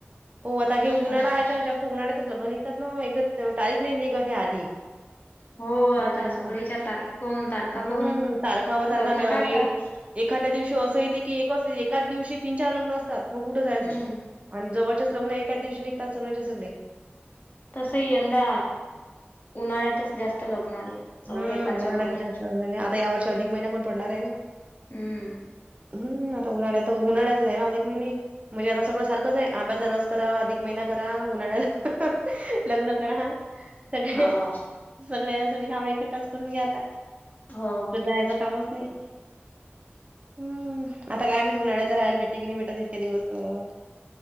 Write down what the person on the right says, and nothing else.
हो आता हे उन्हाळा
आहेता
जास्त उन्हाळ्यातच लग्न निघात ना. एकदा तारीख नाही निघत हे आधी.
अं
हं,
तारखावर तारखा
नाही
ए एखाद्या दिवशी असं येते की, एक असं एक. एकाच दिवशी तीन चार लग्न असतात. मग कुठं जायचं?
आणि जवळचेच लग्न एकाच दिवशी निघतात सगळ्याच्या सगळे.
हू उ
उन्हाळ्यातच
जास्त असणार. आता या वर्षी अधिक महिना पण पडणार हे ना?
हू आता उन्हाळ्यात उन्हाळ्याच आहे ना, अधिक महिना येईल. म्हणजे आता सगळं सारखंच हे. आंब्याचा रस करा, अधिक महिना करा उन्हाळ्याला. ह ह लग्न करा, सगळे
सगळे्या सगळे काम इथंच करून घ्या आता,
कुठे
जायचं कामच नाही. हम्, आता काय आम्ही उन्हाळ्याच राहाल भेटे की नाही भेटत इतके दिवस हो.